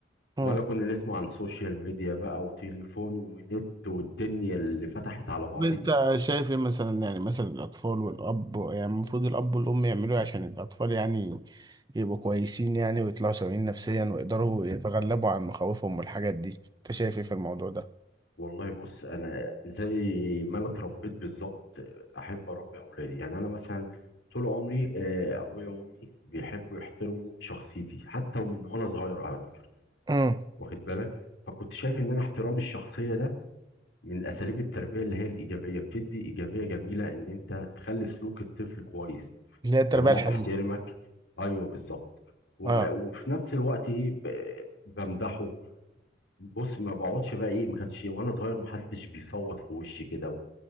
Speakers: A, on the right; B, on the left.
A: مم.
B: ولا كنا نسمع عن سوشيال ميديا بقى وتليفون ونت والدنيا اللي فتحت على بعض
A: طب انت
B: دي
A: شايف ايه مثلا يعني مثلا الاطفال والاب يعني المفروض الاب والام يعملوا ايه عشان الاطفال يعني يبقوا كويسين يعني ويطلعوا سويين نفسيا ويقدروا يتغلبوا عن مخاوفهم والحاجات دي انت شايف ايه في الموضوع ده
B: والله بص انا زي ما انا اتربيت بالظبط احب اربي اولادي يعني انا مثلا طول عمري آه، ابويا وامي بيحبوا يحترموا شخصيتي حتى ومن وانا صغير على فكره
A: مم.
B: واخد بالك فكنت شايف ان انا احترام الشخصيه ده من اساليب التربيه اللي هي الايجابيه بتدي ايجابيه جميله ان انت تخلي سلوك الطفل كويس
A: اللي هي التربية
B: طالما
A: الحديثة
B: بحترمك ايوه بالظبط و-
A: اه
B: وفي نفس الوقت ايه ب- بمدحه بُص، ما باقعدش بقى إيه، ما كانش وأنا صغير ما حدش بيصوّت في وشّي كده و